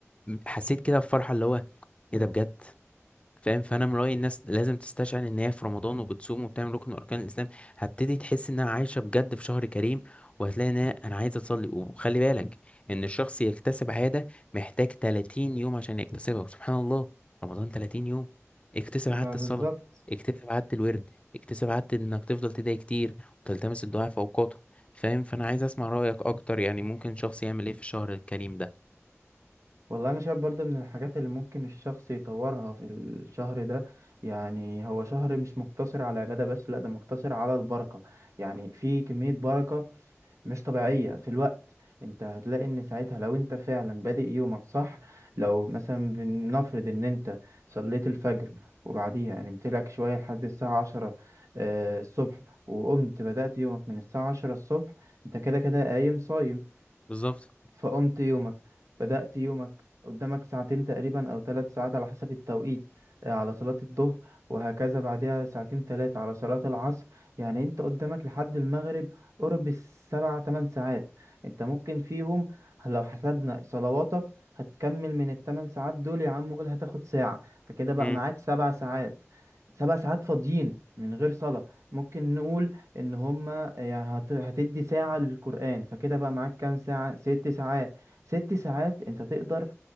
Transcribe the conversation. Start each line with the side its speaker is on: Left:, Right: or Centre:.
Left: ب- حسيت كده بفرحه اللي هو ايه ده بجد فاهم فانا من رايي الناس لازم تستشعر ان هي في رمضان وبتصوم وبتعمل ركن من اركان الاسلام هتبتدي تحس انها عايشه بجد في شهر كريم وهتلاقي ان هي- انا عايزه اصلي وخلي بالك ان الشخص يكتسب عاده محتاج 30 يوم عشان يكتسبها وسبحان الله رمضان 30 يوم اكتسب
Right: ما
Left: عاده الصلاه
Right: بالظبط
Left: اكتسب عاده الورد اكتسب عاده انك تفضل تدعي كتير وتلتمس الدعاء في اوقاته فاهم فانا عايز اسمع رايك اكتر يعني ممكن شخص يعمل ايه في الشهر الكريم ده
Right: والله انا شايف برضه من الحاجات اللي ممكن الشخص يطورها في الشهر ده يعني هو شهر مش مقتصر على العبادة بس لا ده مقتصر على البركة يعني في كمية بركة مش طبيعية في الوقت انت هتلاقي ان ساعتها لو انت فعلا بادئ يومك صح لو مثلا بنفرض ان انت صليت الفجر وبعديها نمت لك شوية لحد الساعة عشرة آه، الصبح وقمت بدأت يومك من الساعة عشرة الصبح انت كده كده قايم صايم
Left: بالظبط
Right: فقمت يومك بدأت يومك قدامك ساعتين تقريبا أو ثلاث ساعات على حسب التوقيت آه، على صلاة الظهر وهكذا بعدها ساعتين ثلاثة على صلاة العصر يعني أنت قدامك لحد المغرب قرب السبع تمن ساعات أنت ممكن فيهم لو حسبنا صلواتك هتكمل من التمن ساعات دول يا عم قول هتاخد ساعة فكده بقى
Left: امم
Right: معاك سبع ساعات سبع ساعات فاضيين من غير صلاة ممكن نقول إن هما كده يعني هت... هتدي ساعة للقرآن فكده بقى معاك كام ساعة ست ساعات ست ساعات انت تقدر